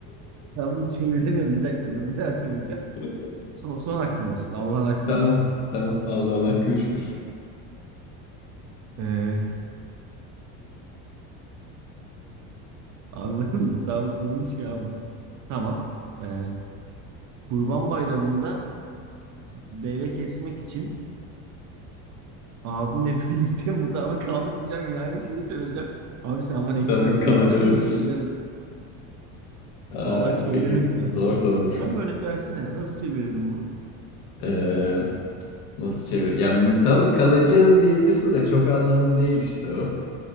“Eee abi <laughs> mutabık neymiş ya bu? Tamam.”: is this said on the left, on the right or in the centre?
Right